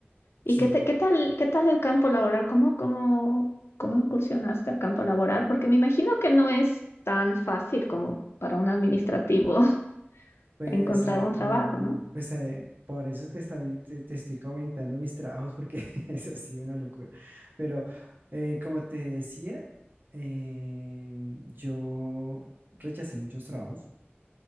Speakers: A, on the left; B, on the right.
A: ¿Y
B: Sí,
A: qué, te- qué tal, qué tal el campo laboral? ¿Cómo, cómo, cómo incursionaste al campo laboral? Porque me imagino que no es tan fácil como para un administrativo <laughs>
B: pues,
A: encontrar
B: ah,
A: un trabajo,
B: ah,
A: ¿no?
B: pues eh, por eso te, estaba- te, te estoy comentando mis trabajos porque <laughs> es así una locura. Pero eh, como te decía, eh, yo rechacé muchos trabajos